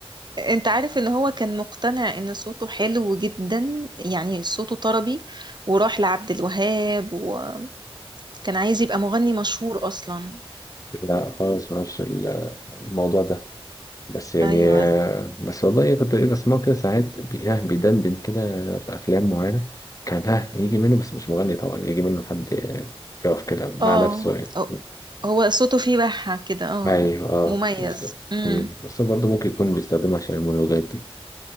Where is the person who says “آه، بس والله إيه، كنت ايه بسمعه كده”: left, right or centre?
Left